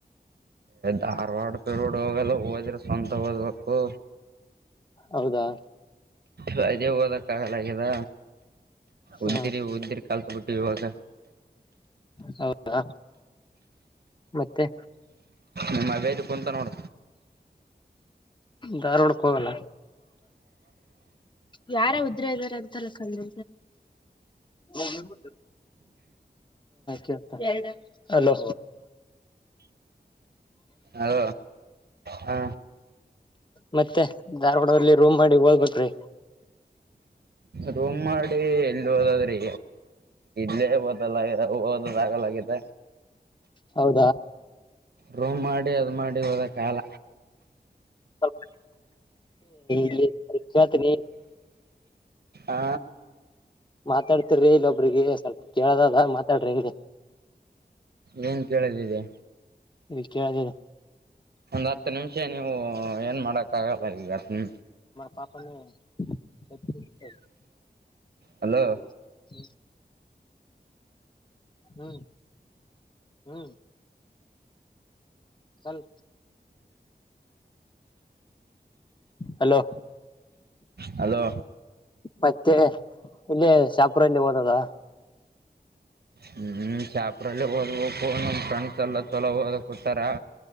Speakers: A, on the right; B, on the left.
A: ಧಾರ್ವಾಡ್ ಪಿರ್ವರ್ಡ್ ಹೋಗೆಲ್ಲ ೋದ್ರೆ ಸ್ವಂತ ಓದ್ಬೇಕು
B: ಹೌದಾ
A: ರಜೆ ಓದಕ್ ಆಗಲಿದ
B: ಹ್ಮ
A: ಉದ್ದಿರಿ ಉದ್ದಿರ್ ಕಾಲ್ಕ ಬಿಟ್ಟು ಇವಾಗ
B: ಹೌದಾ ಮತ್ತೆ
A: ನಿಮ್ಮ ಅವೈಲ್ ಕುಂತನ ನೋಡ
B: ಧಾರವಾಡ ಕೆ ಹೋಗಲ್ಲ ಯಾರ ಉದ್ರ ಇದಾರೆ ಅಂತಲ್ಲ ಕ ಊರು ಅವ್ರು ಹ <unintelligible> ಅಲೋ
A: ಅದ ಹಾ
B: ಮತ್ತೆ ಧಾರವಾಡಲ್ಲಿ ರೂಮ್ ಮಾಡಿ ಹಓದಬೇಕ್ರೀ
A: ರೂಮ್ ಮಾಡಿ ಎಲ್ಲಿ ಹೋದಾದ್ರಿ ಇತ್ತ ಜಾಗ ಲಗಿತ
B: ಹೌದಾ
A: ರೂಮ್ ಮಾಡಿ ಅದ್ ಮಾಡಿ ಹದಕ್ಕಾಲ
B: ಸ್ವಲ್ಪ ಇಲ್ಲಿ ಪಶ್ವತಿ ನೀ
A: ಹ
B: ಮಾತಾಡ್ತಿರಿ ಇಲ್ಲೊಬ್ರಿಗೆ ಸ್ವಲ್ಪ ಕೇಳದದ ಮಾತಾಡ್ರಿ ಹಂಗೆ
A: ಏನ್ ಕೇಳದಿದೆ
B: ಈ ಕದಲ್ಲ
A: ಒಂದ್ ಹತ್ತು ನಿಮಿಷ ನೀವು ಏನ್ ಮಾಡಕ್ ಆಗಲ್ಲ ಈಗತ್ ಹತ್ತು
B: ಪಾಪ್ <unintelligible>
A: ಹಲೋ
B: ಹ್ಮ್ ಹ್ಮ್ ಹಾಲ್ ಹಲೋ
A: ಹೆಲೋ
B: ಮತ್ತೆ ಇಲ್ಲಿ ಶಾಪುರಲ್ಲಿ ಓದದ
A: ಹ್ಮ ಶಾಪೂರ ಅಲ್ಲಿ ಓದಬೇಕು ನಮ್ಮ ಫ್ರೆಂಡ್ಸ್ ಎಲ್ಲ ಚಲೋ ಓದಕೂತಾರ